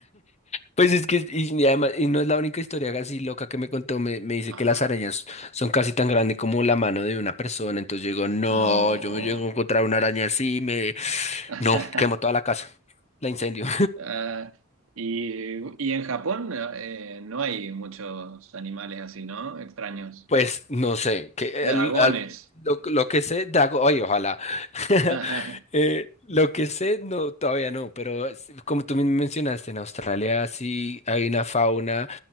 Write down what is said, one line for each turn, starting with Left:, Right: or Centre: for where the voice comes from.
Left: Pues es que, y, y además, y no es la única historia así loca que me contó, me, me dice
Right: Ajá.
Left: que las arañas son casi tan grandes como la mano de una persona, entonces yo digo, no,
Right: No.
Left: yo me llego a encontrar una araña así, me...
Right: <laughs>
Left: No, quemo toda la casa, la incendio.
Right: Ah, y, y en Japón eh, no hay muchos animales así, ¿no? Extraños.
Left: Pues no sé, que
Right: Dragones.
Left: al- al- lo, lo que sé, Dragon, oye, ojalá. <laughs>
Right: <laughs> Ajá.
Left: Eh, lo que sé, no, todavía no, pero es- como tú mismo mencionaste, en Australia sí hay una fauna